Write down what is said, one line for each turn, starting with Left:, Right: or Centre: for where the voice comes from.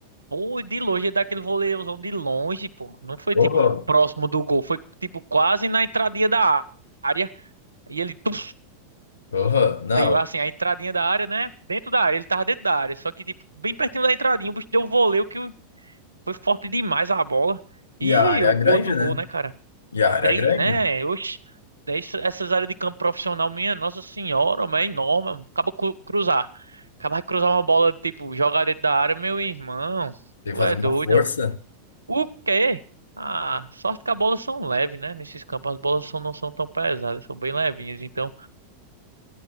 Right: Pô, de longe, é daquele voleiozão de longe, pô. Não foi
Left: Horror,
Right: tipo próximo do gol, foi tipo quase na entradinha da área. E ele tum,
Left: horror, não.
Right: deu assim, a entradinha da área, né? Dentro da área, ele tava dentro da área. Só que, tipo, bem pertinho da entradinha, o bicho deu um voleio que Foi forte demais a bola. E
Left: E a área
Right: o
Left: é grande,
Right: outro
Left: né?
Right: gol, né, cara?
Left: E a área
Right: Três,
Left: é grande.
Right: né? Oxe, Essa- essas áreas de campo profissional, minha Nossa Senhora, mas é enorme. mano. Acaba cru- cruzar. Acaba de cruzar uma bola, tipo, jogar dentro da área, meu irmão.
Left: Tem
Right: Tu
Left: que fazer
Right: é
Left: uma
Right: doido,
Left: força.
Right: mano. O quê? Ah, sorte que as bolas são leves, né? Nesses campos as bolas são, não são tão pesadas, são bem levinhas. Então, o